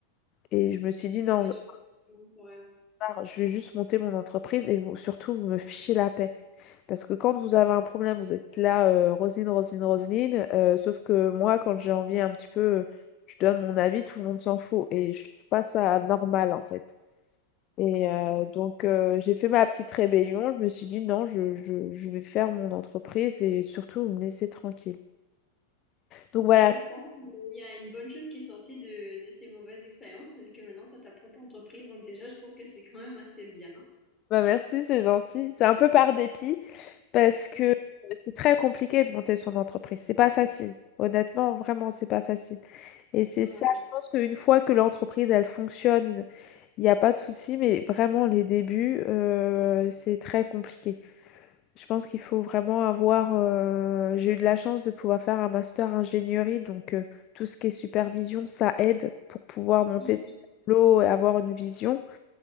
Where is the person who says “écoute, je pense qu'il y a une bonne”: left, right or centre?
Left